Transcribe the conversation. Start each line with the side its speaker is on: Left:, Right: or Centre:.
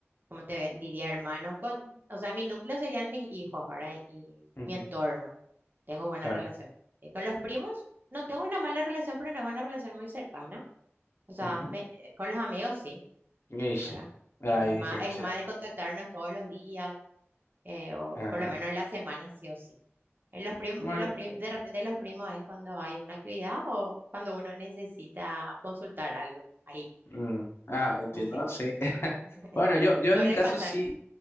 Right: ¿cómo te diría, hermanos? Con, o sea, mi núcleo serían mis hijos, ¿verdad? Y
Left: ujú,
Right: mi entorno. Tengo buena
Left: claro.
Right: relación. Eh, con los primos, no tengo una mala relación, pero no es una relación muy cercana. O sea,
Left: ujú.
Right: me- eh, con los amigos sí,
Left: Y sí,
Right: ¿verdad?
Left: hay
Right: Es más,
Left: diferencias
Right: es más
Left: ahí,
Right: de
Left: ¿verdad?
Right: contactarnos todos los días eh, o,
Left: Ajá.
Right: o por lo menos en la semana sí o sí. En los prim-
Left: Bueno,
Right: en los pri- de repente los primos es cuando hay una actividad o cuando uno necesita consultar algo. Ahí,
Left: mm, ah, entiendo,
Right: así.
Left: sí.
Right: así.
Left: <laughs>
Right: <laughs>
Left: Bueno, yo, yo
Right: Suele
Left: en mi caso
Right: pasar.
Left: sí,